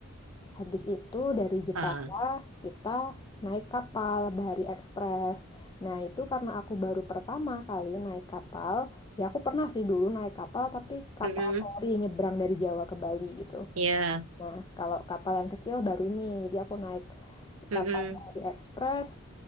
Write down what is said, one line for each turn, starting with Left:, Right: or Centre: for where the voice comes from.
Left: Habis itu dari Jepara
Right: Ah.
Left: kita naik kapal Bahari Express. Nah itu karena aku baru pertama kali naik kapal. Ya aku pernah sih dulu naik kapal tapi kapal
Right: Mm-mm.
Left: feri nyebrang dari Jawa ke Bali gitu.
Right: Ya.
Left: Nah kalau kapal yang kecil baru ini. Jadi aku naik
Right: Mm-mm.
Left: kapal Bahari Express